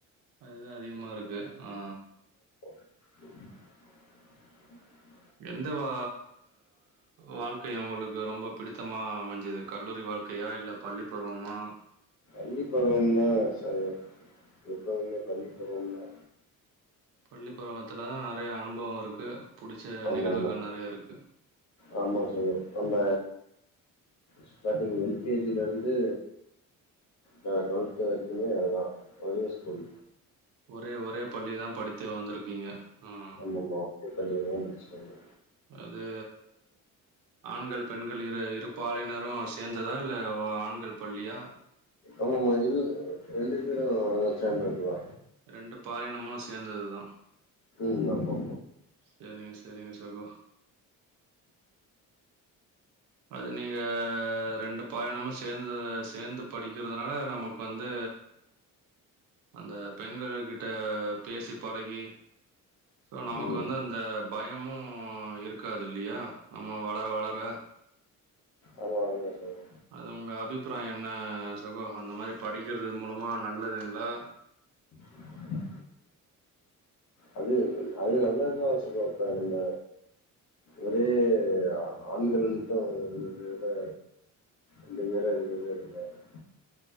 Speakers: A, on the right; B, on the left.
A: அதுதா அதிகமாருக்கு அ
B: <inaudible>
A: எந்த வா வாழ்க்கை உங்களுக்கு ரொம்ப பிடித்தமா அமஞ்சது கல்லூரி வா வாழ்க்கையா இல்ல பள்ளி பருவமா
B: பள்ளி பருவந்தா சகோ எப்பவுமே பள்ளி பருவந்தா
A: பள்ளி பருவத்துல தா நெறைய அனுபவோ இருக் கு புடிச்ச
B: ஆமா
A: நிகழ்வுகள்
B: ஆமா
A: நெறையருக்கு
B: ஆமா சார் நம்ம ஸ்டார்டிங் எல்கேஜிலருந்து நா டுவெல்த்து வெரிக்குமே ஒரே ஸ்கூல்
A: ஒரே ஒரே பள்ளி தா படித்து வந்திருக்கீங்க ம்.
B: ஆமாமா பள்ளியள தா படிச்ச ப்ரோ
A: அது ஆண்கள் பெண்கள் இரு இரு பாலையினரு சேர்ந்ததா இல்ல ஆண்கள் பள்ளியா
B: ஆமமா இரு ரெண்டு பேரு சேந்ததுதா
A: ரெண்டு பாலினம சேந்ததுதா
B: ம் ஆமா
A: செரிங்க செரிங்க சகோ அது நீங்க ரெண்டு பாலிணமோ சேந்து சேந்து படிக்கிறதுனால நமக்கு வந்து அந்த பெண்கள் கிட்ட பேசி பழகி சோ நமக்கு
B: ம்
A: வந்து அந்த பயமும் இருக்காது இல்லியா ஆமா வளர வளர
B: ஆமா ஆமா சகோ
A: அது உங்க அபிப்பிராயோ என்ன சகோ அந்த மாதிரி படிக்கிறது மூலமா நல்லதுங்ளா
B: ம் அது அது நல்லதுதான சகோ இப்போ நம்ப ஒரே ஆண்கள் மட்டு <unintelligible> விட ரெண்டு பேரே ரெண்டு பேர் இதுவாருக்கு